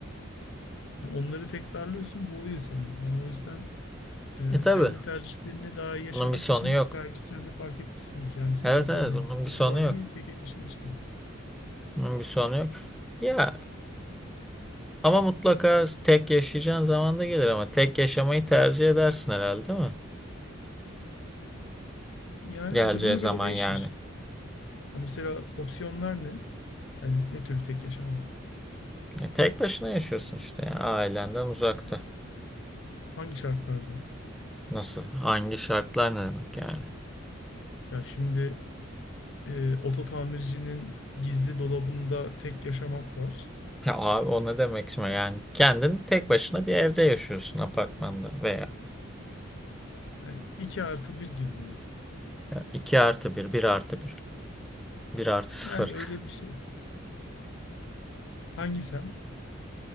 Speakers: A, on the left (about 60°); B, in the centre.
A: Yani onları tekrarlıyorsun boğuyor seni. Yani o yüzden Ee,
B: E tabii
A: kendi tercihlerini daha iyi yaşamak
B: bunun bir sonu
A: için
B: yok.
A: belki sen de fark etmişsindir. Yani senin
B: Evet
A: mesela
B: evet
A: dizi
B: bunun
A: kültürü
B: bir sonu
A: falan
B: yok.
A: iyi mi? Tek yaşadığın için.
B: Bunun bir sonu yok. Ya ama mutlaka tek yaşayacağın zaman da gelir ama tek yaşamayı tercih edersin herhalde değil mi?
A: Yani
B: Geleceği
A: duruma göre
B: zaman
A: değişir.
B: yani.
A: Ya mesela opsiyonlar ne? Yani ne türlü tek yaşama?
B: E, tek başına yaşıyorsun işte ya, ailenden uzakta.
A: Hangi şartlarda?
B: Nasıl? Hangi şartlar ne demek yani?
A: Ya şimdi e, oto tamircinin gizli dolabında tek yaşamak var.
B: Ya abi o ne demek şimdi yani kendin tek başına bir evde yaşıyorsun apartmanda veya
A: Yani 2 artı bir gibi mi?
B: ya 2 artı bir bir artı bir bir artı sıfır
A: Yani
B: <laughs>
A: öyle bir şey. Hangi semt?